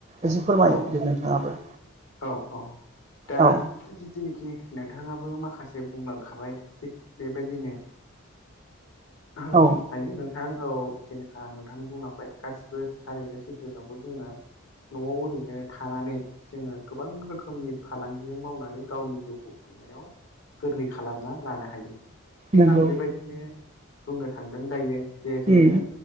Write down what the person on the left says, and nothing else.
औ
औ औ दा
जिनोखि नोंथाङाबो माखासे बुंलांखाबाय थिग बेबायदिनो ह <unintelligible>
हायो नोंथां औ जेनेखाा नोंथां बुंलांबाय गासिबो थारिखनो सैथो दंखौ जोङो न'आव ओरैनो थानानै जोङो गोबां रोखोमनि फालांगिजों मावनानै गावनि जिउखौ खुंनायाव गोरलै खालामना लानो हायो थिग
आं बेबायदिनो बुंनो थांदों दायो जे जोङो